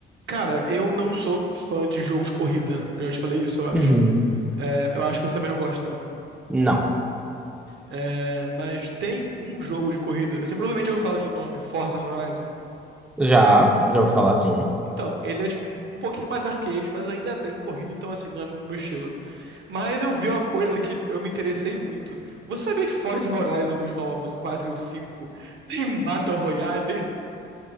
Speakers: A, on the right (about 65°); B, in the centre.
A: Cara, eu não sou fã de jogos de corrida, né? Eu já te falei isso, eu acho.
B: Uhum.
A: É, eu acho que você também não gosta, né?
B: Não.
A: É, mas tem um jogo de corrida. Você provavelmente ouviu falar do nome, Forza Horizon.
B: Já, já vou falar assim.
A: Então, ele é tipo um um pouquinho mais arcade, mas ainda é bem corrido, então assim, não é muito meu estilo. Mas eu vi uma coisa que eu me interessei muito. Você sabia que Forza Horizon, os novos, o 4 e o 5, tem um Battle Royale?